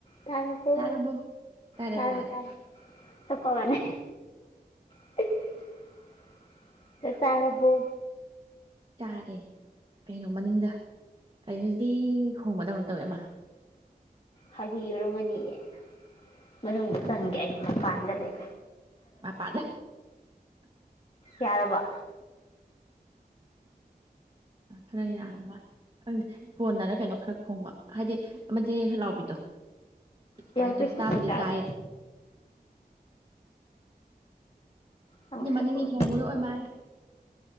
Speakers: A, on the left; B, on the right.
A: ꯇꯔꯕꯣ
B: ꯇꯥꯔꯕꯣ ꯇꯥꯔꯦ
A: ꯇꯔꯦ
B: ꯇꯥꯔꯦ
A: ꯇꯔꯦ ꯀꯞꯄꯃꯅꯦ <inaudible> ꯆꯛꯆꯥꯔꯕꯣ
B: ꯆꯥꯔꯦ ꯀꯩꯅꯣ ꯃꯅꯤꯡꯗ ꯀꯩꯅꯣꯖꯤ ꯈꯣꯡꯕꯗꯧꯅ ꯇꯧꯋꯦ ꯑꯃ
A: ꯍꯥꯏꯗꯤ ꯌꯨꯔꯝꯒꯅꯤꯌꯦ ꯃꯅꯨꯡꯗ
B: ꯈꯪꯗꯦ
A: ꯆꯪꯒꯦ ꯑꯩ ꯃꯄꯥꯟꯗ <unintelligible>
B: <unintelligible>
A: ꯌꯥꯔꯕꯣ
B: ꯈꯔ ꯌꯥꯔ ꯃꯥꯅꯤ ꯈꯪꯗꯦ ꯐꯣꯟꯅꯔ ꯀꯩꯅꯣ ꯈꯔ ꯈꯣꯡꯕ ꯍꯥꯏꯗꯤ ꯑꯃ ꯖꯤ ꯖꯤꯡ ꯂꯥꯎꯕꯤꯗꯣ ꯑꯗꯨꯃꯥꯏꯅ
A: ꯏꯌꯔ
B: ꯇꯧꯋꯦ
A: ꯄꯤꯁꯅ
B: ꯇꯥꯕꯨꯗꯤ
A: ꯑꯣꯏꯖꯥꯠꯂꯣ
B: ꯇꯥꯏꯌꯦ
A: ꯑꯃꯨꯛ
B: ꯑꯗꯨꯗꯤ
A: ꯁꯠꯇꯣꯛꯑꯁꯤ
B: ꯃꯅꯤꯡꯒꯤ ꯈꯣꯡꯕꯗꯣ ꯑꯣꯏ ꯃꯥꯜꯂꯦ